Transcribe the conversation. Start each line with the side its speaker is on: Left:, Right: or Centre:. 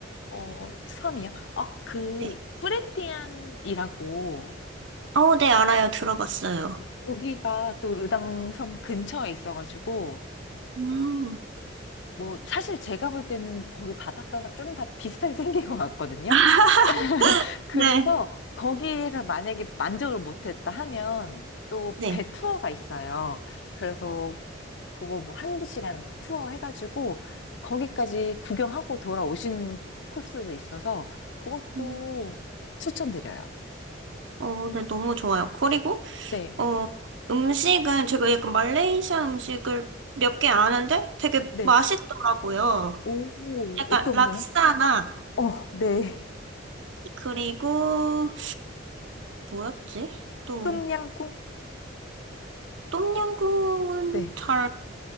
Left: 어, 섬이요? 어, 그,
Right: 네.
Left: 뿌레티안이라고
Right: 어, 네, 알아요. 들어봤어요.
Left: 거기가 또 르당 섬 근처에 있어가지고
Right: 음.
Left: 뭐, 사실 제가 볼 때는 거기 바닷가가 좀 다 비슷하게 <laughs> 생긴 것 같거든요.
Right: <laughs>
Left: <laughs> 그래서
Right: 네.
Left: 거기에서 만약에 만족을 못했다 하면 또
Right: 네.
Left: 배 투어가 있어요. 그래서 그거 뭐 한두 시간 투어 해가지고 거기까지 구경하고 돌아오신 코스도 있어서 그것도
Right: 음.
Left: 추천드려요.
Right: 어, 네, 너무 좋아요. 그리고,
Left: 네,
Right: 어, 음식은 제가 약간 말레이시아 음식을 몇 개 아는데 되게
Left: 네.
Right: 맛있더라고요.
Left: 오,
Right: 약간
Left: 어떤
Right: 락사나,
Left: 거요? 어, 네.
Right: 그리고, 뭐였지? 또,
Left: 똠양꿍?
Right: 똠양꿍은
Left: 네.
Right: 잘